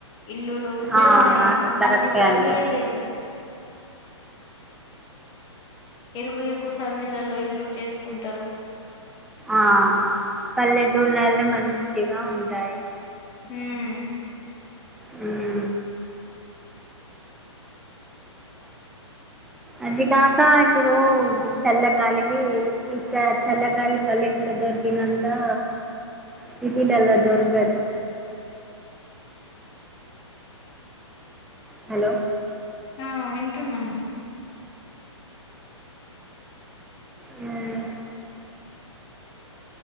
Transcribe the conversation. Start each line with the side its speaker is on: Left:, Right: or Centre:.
Left: ఇల్లులు ఇవే
Centre: ఆ,
Left: ఉన్నాయ్
Centre: కరెక్టే
Left: మంచి గాలియే
Centre: అండి
Left: లేదు ఇరుకు ఇరుకు సంధులలో ఇల్లు చేసుకుంటారు
Centre: ఆ పల్లెటూళ్లనే మంచిగా ఉంటాయి
Left: హ్మ్
Centre: హ్మ్ అదికాక ఇప్పుడు చల్లగాలికి ఇక్కడ చల్లగాలి పల్లెటూర్లో దొరికినంతా సిటీలలో దొరకదు హలో
Left: ఆ వింటున్నా అండి
Centre: హాలో